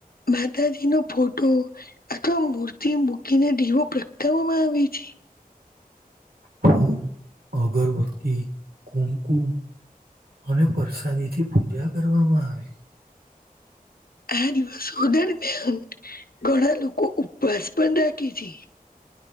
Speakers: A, on the left; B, on the right.
A: માતાજી નો ફોટો અથવા મૂર્તિ મૂકીને દવો. પ્રગટાવવામાં આવી છે. <inaudible>
B: ફૂલ, અગરબત્તી કુમકુમ. અને પ્રસાદી થી પૂજા કરવામાં આવે છે.
A: એ દિવસધ. ઘણા લોકો ઉપવાસ પણ રાખે છે.